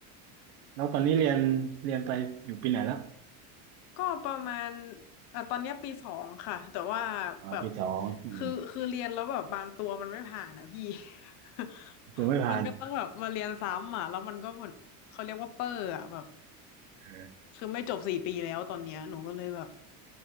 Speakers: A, on the right (about 80°); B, on the left (about 45°).
A: แล้วตอนนี้เรียนเรียนไปอยู่ปีไหนแล้ว
B: ก็ประมาณเอ่อตอนเนี้ยปีสองค่ะแต่ว่าแบบ
A: อ๋าปีสองอืม
B: คือคือเรียนแล้วแบบบางตัวมันไม่ผ่านอ่ะพี่ <laughs>
A: ดูไม่ผ่าน
B: มันก็ต้องแบบมาเรียนซ้ำอ่ะแล้วมันก็เหมือนเขาเรียกว่าเปอร์อ่ะแบบ
A: เออ
B: คือไม่จบสี่ปีแล้วตอนเนี้ยหนูก็เลยแบบ